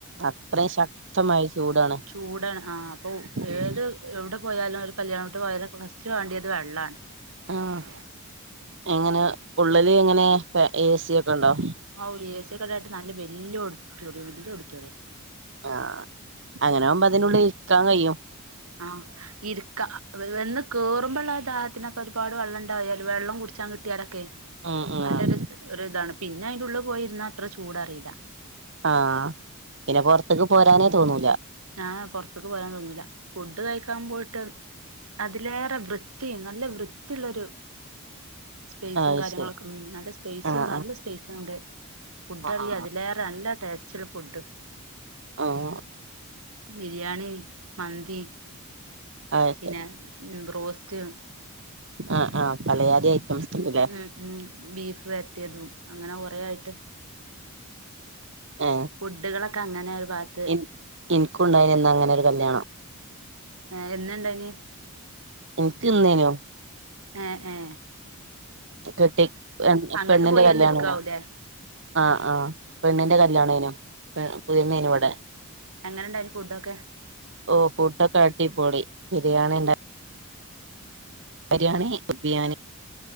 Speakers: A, on the right; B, on the right.
A: അത്രേ ശക്തമായ ചൂടാണ്
B: ചൂടാണ് ആഹ് അപ്പൊ
A: ഉം
B: ഏത് എവ്ട പോയാലാര് കല്യാണോട്ട് പോയാലര്കു ഫസ്റ്റ് വാണ്ട്യേത് വെള്ളാണ്
A: ആഹ് എങ്ങനെ ഉള്ളല് എങ്ങനെ പേ എസിയോക്കണ്ടോ
B: ഔ ഏസിക്കണ്ടായിട്ട് നല്ല വല്യയ ഓഡിറ്റോറിയം വല്യയ ഓഡിറ്റൊറിയം
A: ആഹ് അങ്ങനാവുമ്പതിനുള്ളിൽ ഇര്ക്കാകയ്യും
B: ആഹ് ഇര് ക്കാ വെ വെന്ന് കേറുമ്പള്ള ദാഹത്ത്നൊക്കൊര്പാട് വള്ളംണ്ടായാലും വെള്ളം കുട്ച്ചാൻ ങ്കി ട്ട്യാലക്കെ
A: ഉം ഉം
B: നല്ലൊരു സ്ഒര്താണ് പിന്നെ അയ്ന്റെ ള്ള്പോയിര്ന്നാ അത്ര ചൂടറീല
A: ആഹ് ഇന്നെ പൊർത്ത്ക്ക് പോരാനേ തോന്നൂല
B: ആഹ് പൊർത്ത്ക്ക് പോരാൻ തോന്നൂല ഫുഡ്ഡ്കയ്ക്കാൻ പോയ്ട്ട് അതിലേറെ വൃത്തിം നല്ല വൃത്തിള്ളൊരുത് സ്പൈസും
A: അത്
B: കാര്യങ്ങളൊക്കെ
A: ശരി
B: ഉം നല്ല സ്പൈസുണ്ട്
A: ആഹ്
B: നല്ല സ്പൈസണുണ്ട് ഫുഡ്ഡറിയേ
A: ആഹ് ആഹ്
B: അതിലേറെ നല്ല ടേസ്റ്റ്ള്ള ഫുഡ്ഡ്
A: ആഹ്
B: ബിരിയാണി മന്തി
A: ആഹ് അത്
B: പിന്നെ
A: ശരി
B: ബ്രോസ്റ്റ്
A: ആഹ് ആഹ് പലയാതി ഐറ്റംസ്ണ്ട്ലേ
B: ഉം ഉം ബീഫ് വര്റ്റ്യേതും അങ്ങനെ കൊറേ ആയിട്ട്
A: എഹ്
B: ഫുഡ്ഡ്കളക്കെ അങ്ങനെര് ഭാഗ
A: എൻ എൻക്കുണ്ടായിര്ന്ന് അങ്ങനെ ഒരു കല്യാണം
B: ആഹ് എന്നേണ്ടായ്ന്
A: ഇൻക്ക് ഇന്നേനു
B: എഹ് എഹ്
A: കെട്ടി
B: അങ്ങട്ട്
A: പെണ്ണിന്റെ
B: പോയി
A: കല്യാണനു
B: വന്നിരിക്കാവൂലേ
A: ആഹ് ആഹ് പെണ്ണിന്റെ കല്ല്യാണയിനു പുതിയണ്ണേനു ഇവിടെ
B: എങ്ങനെ ഉണ്ടായിരുന്നു ഫുഡൊക്കെ
A: ഓ ഫുഡോക്കെ അടിപൊളി ബിരിയാണി ഉണ്ട- ബിരിയാണി ബിരിയാണി